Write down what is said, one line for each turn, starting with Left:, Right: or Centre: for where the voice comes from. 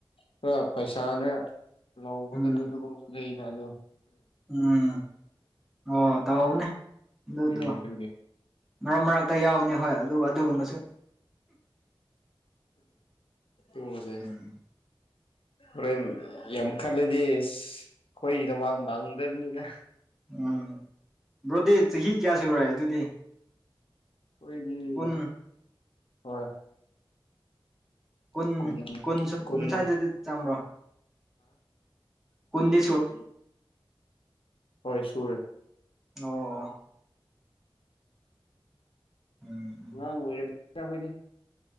Left: ꯈꯔ ꯄꯩꯁꯥꯅ ꯂꯧꯕꯒꯗ
Centre: ꯎꯝ
Left: ꯑꯗꯨꯒꯨꯝꯕꯁꯨ ꯀꯩꯅ ꯑꯗ
Centre: ꯎꯝ ꯑꯣ ꯇ ꯍꯅꯦ ꯑꯗꯨꯗꯨ
Left: ꯎꯝ ꯑꯗꯨꯒꯤ
Centre: ꯃꯔꯛ ꯃꯔꯛꯇ ꯌꯥꯎꯅꯤ ꯍꯣꯏ ꯑꯗꯨꯒ ꯑꯗꯨꯒꯨꯝꯕꯁꯨ
Left: ꯊ ꯃꯖꯦ
Centre: ꯎꯝ
Left: ꯔꯣꯏ ꯌꯥꯝꯈꯥꯂꯦꯗꯤ ꯑꯩꯈꯣꯏꯒꯤꯗꯃꯛ ꯃꯥꯡꯗꯕꯅꯤꯅ
Centre: ꯎꯝ ꯕ꯭ꯔꯣꯗꯤ ꯆꯍꯤ ꯀꯌꯥ ꯁꯨꯔꯦ ꯑꯗꯨꯗꯤ
Left: ꯑꯩꯣꯏꯗꯤ
Centre: ꯀꯨꯟ
Left: ꯍꯣꯏ
Centre: ꯀꯟ
Left: ꯀꯨꯟ
Centre: ꯀꯟ
Left: ꯀꯨꯟ
Centre: ꯁꯥꯏꯗ ꯆ ꯑꯃ꯭ꯔꯣ ꯀꯟꯗꯤ
Left: ꯎꯝ ꯍꯣꯏ ꯁꯨꯔꯦ
Centre: ꯑꯣ ꯎꯝ ꯎꯝ
Left: ꯉꯥꯡ ꯑꯣꯏꯣꯏꯔ ꯆꯈꯣꯏꯗꯤ